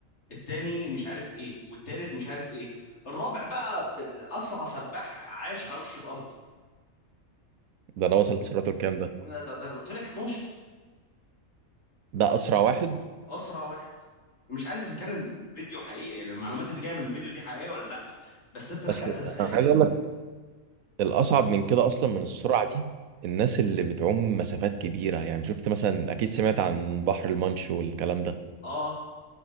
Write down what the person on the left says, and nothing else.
التاني مش عارف ايه والتالت مش عارف ايه الرابع بقى ب- ب- اسرع سباح عاش على وش الارض
ده, ده, ده قلت لك 12
اسرع واحد مش عارف اذا كان الفيديو حقيقي يعني المعلومات اللي جايه من الفيديو دي حقيقيه ولا لا بس انت لك
ان تتخيل
اه